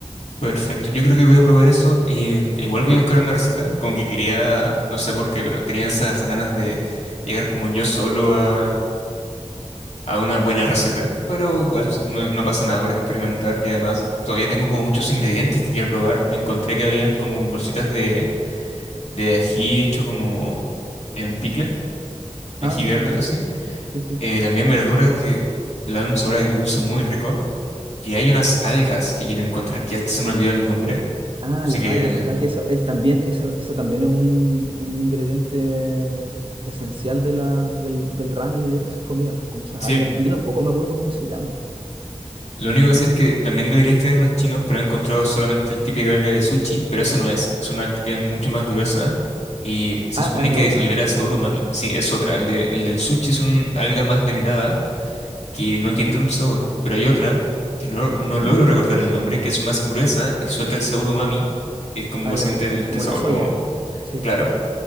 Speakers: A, on the left; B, on the right.
A: Perfecto, yo creo que voy a probar eso y mm, igual voy a buscar una receta, como que quería, no sé por qué, pero tenía esas ganas de llegar como yo solo a, a una buena receta, pero igual su- no, no pasa nada por experimentar y además todavía tengo como muchos ingredientes que quiero probar, encontré que habían como bolsitas de, de ají hecho como en picle, ají
B: Ah,
A: verde
B: sí, sí,
A: así,
B: sí, sí.
A: Eh, también verduras que le dan un sabor agridulce muy rico y hay unas algas que quiero encontrar que hasta se me olvidó el nombre,
B: Ah,
A: así
B: las
A: que...
B: algas, ¿verdad? Que eso es también, eso, eso también es un, un ingrediente esencial de la, del, del ramen y de esas comidas, como esas
A: Sí,
B: algas. Yo tampoco me acuerdo cómo se llaman.
A: Lo
B: Eh,
A: único que sé es que también deberían tener unos chinos, pero he encontrado solamente el típico alga de sushi, pero eso no es, es una que es mucho más gruesa y se
B: ah,
A: supone
B: ah, es
A: que
B: otra.
A: libera sabor umami. Sí, es otra. El, de- el del sushi es un alga más delgada que no tiene tanto sabor, pero hay otra que no, no logro
B: <clears throat>
A: recordar el nombre, que es más gruesa y suelta el sabor umami, que es como
B: Ah,
A: básicamente
B: ya, co-
A: el, este
B: como
A: sabor
B: la soya.
A: como
B: Sí.
A: claro.